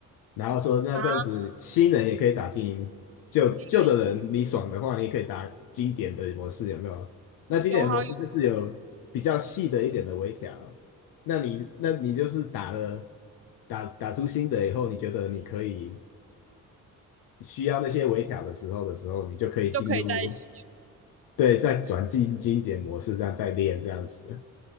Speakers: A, on the left; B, on the right.
A: 然后说那这样子新人也可以打精英，
B: 啊，
A: 旧旧的人你爽的话，
B: 对，
A: 你也可以打经典的模式，有没有？那经典模式就是有比较细的一点的微调，
B: 有好有
A: 那你那你就是打了打打出新的以后，你觉得你可以需要那些微调的时候的时候，你就可以进入。
B: 就可以在一起。
A: 对，再转进经典模式，这样再练这样子。